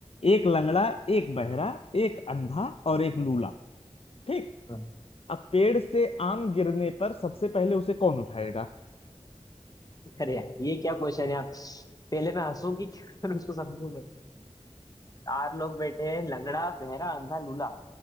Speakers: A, on the left (about 55°); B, on the left (about 30°).
A: एक लंगड़ा एक बहरा एक अंधा और एक लूला ठीक
B: हाँ
A: अब पेड़ से आम गिरने पर सबसे पहले उसे कौन उठाएगा
B: अरे यार, ये क्या क्वेश्चन है आप पहले मैं हंसूं कि क्या <laughs> करूं, उसको समझूं मैं चार लोग बैठे हैं लंगड़ा बहरा अंधा लूला